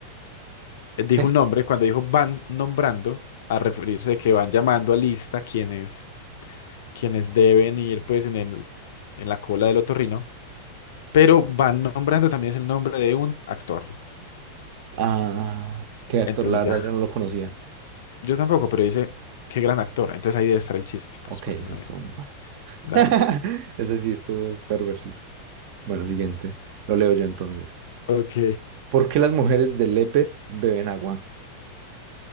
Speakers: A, on the left; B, on the right.
A: eh, dijo
B: ¿Qué?
A: un nombre, cuando dijo van nombrando, a referirse de que van llamando a lista quienes, quienes deben ir pues en el, en la cola del otorrino, pero van nombrando también es el nombre de un actor.
B: Ah, qué actor,
A: Entonces
B: la verdad
A: ya,
B: yo no lo conocía.
A: yo tampoco, pero dice, qué gran actor. Entonces ahí debe estar el chiste, pues,
B: Ok,
A: porque
B: ese
A: no
B: estuvo
A: hay otro.
B: muy malo.
A: Dale.
B: <laughs> Ese sí estuvo perversito. Bueno, siguiente. Lo leo yo entonces.
A: Ok,
B: ¿Por qué las mujeres de Lepe beben agua?